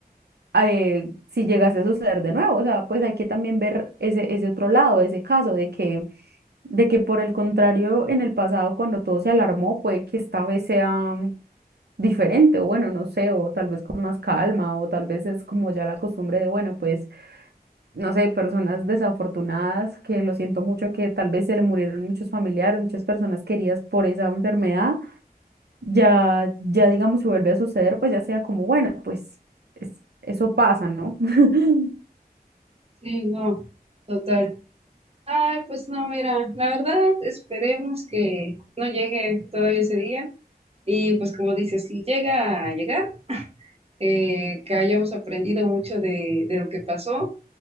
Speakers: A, on the right; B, on the right.
A: eh, si llegase a suceder de nuevo. O sea, pues hay que también ver ese, ese otro lado, ese caso de que, de que por el contrario, en el pasado, cuando todo se alarmó, puede que esta vez sea diferente, o bueno, no sé, o tal vez con más calma, o tal vez es como ya la costumbre de, bueno, pues, no sé, personas desafortunadas, que lo siento mucho, que tal vez se le murieron muchos familiares, muchas personas queridas por esa enfermedad, ya, ya digamos, si vuelve a suceder, pues ya sea como, bueno, pues es- eso pasa, ¿no? <laughs>
B: Sí, no, total. Ay, pues no, mira, la verdad esperemos que no llegue todavía ese día. Y pues como dices, si llega a llegar, eh, que hayamos aprendido mucho de, de lo que pasó